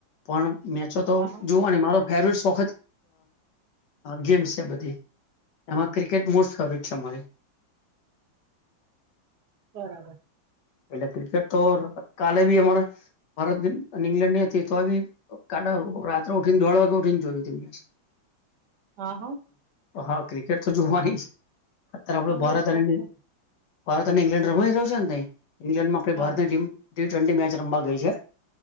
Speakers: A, on the left; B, on the right.
A: પણ મેચો તો
B: હા હા
A: જોવાની મારો ફેવરિટ સોખ જ ગેમ્સ છે બધી એમાં ક્રિકેટ મોસ્ટ ફેવરિટ છે મારી.
B: બરાબર
A: ભલે ક્રિકેટ તો કાલે ભી અમારે ભારત અને ઇંગ્લેન્ડ ની તો બી કા રાત્રે ઉઠીને દોઢ વાગે ઉઠીને જોય છે
B: હા હા
A: હા ક્રિકેટ તો જોવાની જ અત્યારે આપડે
B: એટલો બધો
A: ભારત
B: શોખ
A: અને
B: છે
A: ભારત અને ઈંગ્લેન્ડ રમાઈ રહ્યું છે ને ત ઈંગ્લેન્ડમાં આપણે
B: હા
A: ભારતની
B: હા
A: ટીમ ટી ટ્વેન્ટી મેચ રમવા ગઈ છે